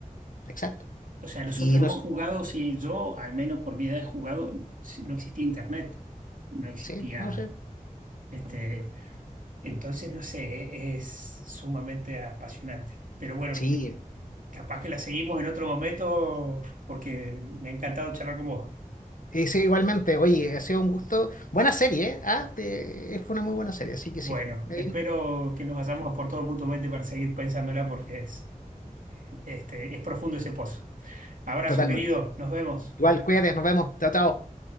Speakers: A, on the left; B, on the right.
A: exacto.
B: O sea, nosotros
A: Y
B: hemos
A: no, s-
B: jugado, si yo, al menos por mi edad, he jugado, si no existía internet, no existía,
A: sí, no sé.
B: este, entonces, no sé, e- es sumamente apasionante. Pero bueno,
A: Sí,
B: Capaz que la seguimos en otro momento porque me ha encantado charlar con vos.
A: y sí, igualmente. Oye, ha sido un gusto. Buena serie, ¿eh? Ah, te- fue una muy buena serie, así que
B: Bueno,
A: sí. Ahí,
B: espero que nos hayamos aportado mutuamente para seguir pensándola porque es, este, es profundo ese pozo. Abrazo,
A: totalmente.
B: querido. Nos vemos.
A: Igual, cuídate, nos vemos. Chao, chao.